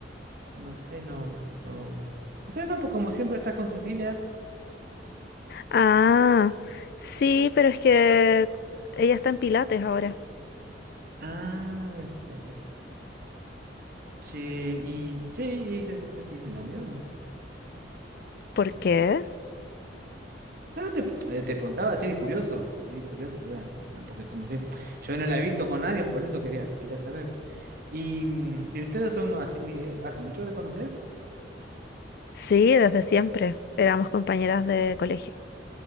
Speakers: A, on the right; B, on the left.
A: No sé, no, no, no sé, no, pues como siempre estás con Cecilia.
B: Ah, sí, pero es que ella está en Pilates ahora.
A: Ah, el Pilates, claro. Che, y, che, ¿y Cecilia tiene novio?
B: ¿Por qué?
A: No, te, eh, te preguntaba así de curioso, así de curioso, o sea, no, porque como si yo no la he visto con nadie, por eso quería, quería saber. ¿Y, mm, ¿y ustedes son así muy, eh, hace mucho que la conoces?
B: Sí, desde siempre. Éramos compañeras de colegio.